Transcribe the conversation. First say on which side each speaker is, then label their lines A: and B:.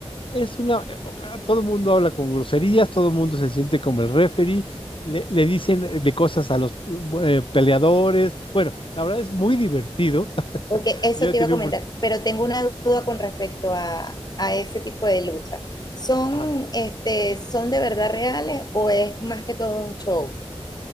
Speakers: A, on the left; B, on the left.
A: es una, eh, o- ah, todo el mundo habla con groserías, todo el mundo se siente como el referee, le, le dicen eh, de cosas a los eh, peleadores, bueno, la verdad es muy divertido, <laughs>
B: Ok, eso
A: ya he
B: te
A: tenido,
B: iba a comentar,
A: opor-
B: pero tengo una duda con respecto a, a ese tipo de lucha. ¿Son,
A: ajá,
B: este, son de verdad reales o es más que todo un show?